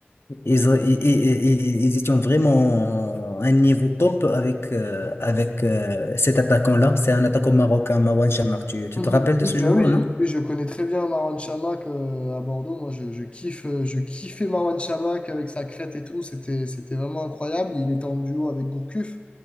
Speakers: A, on the left (about 75°); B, on the left (about 30°).
A: ils, ils, ils- ils- ils étaient vraiment à un niveau top avec, euh, avec euh, cet attaquant-là. C'est un attaquant marocain, Marouane Chamakh. Tu, tu
B: Mhm.
A: te rappelles de
B: Oui,
A: ce
B: bah
A: joueur,
B: oui.
A: non?
B: Oui, je connais très bien Marwan Chamakh euh, à Bordeaux. Moi, je, je kiffe, euh, je kiffais Marwan Chamakh avec sa crête et tout. C'était, c'était vraiment incroyable. Il était en duo avec Gourcuff.